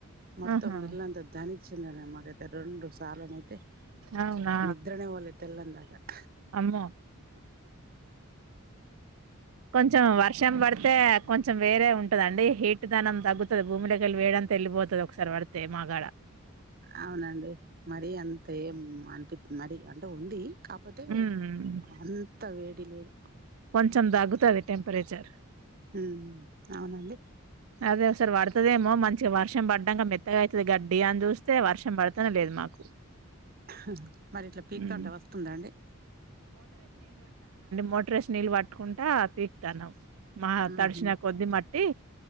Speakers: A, on the right; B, on the right.
A: మొత్తం
B: ఆహా
A: ఇల్లంత ధనిచ్చింద మాకైతే రెండు సార్నైతే
B: అవునా
A: నిద్రనే వాళ్ళ తెల్లదాకా ఆ
B: అమ్మో కొంచెం వర్షం పడితే కొంచెం వేరే ఉంటదండి హీట్ ధనం తగ్గుతది భూమిలోకి వెళ్ళి వేయని తెళ్లిపోతది ఒకసారి పడితే మాకాడ
A: అవునండి మరి అంత ఏం అనిపిిం మరి అంటే ఉంది కాకపోతే
B: ఉమ్
A: అంత వే డి లేదు
B: చం తగ్గుతది టెంపరేచర్
A: ఉ అవునండి
B: అదే ఓ సారి పడుతుదేమో మంచిగా వర్షం వర్షం పడ్డంక మెత్తగా అయితది గడ్డ డి అని చూస్తే వర్షం పడుతనే లేదు మాకు
A: హ మరి ఇట్లా పీకుతంటే
B: ఉమ్
A: వస్తుందా అండి
B: మోటార్ ఏసి నీళ్ళు పట్టుకుంటా పీకుతానం మా
A: హుహు.
B: తడిచిన కొద్ది మట్టి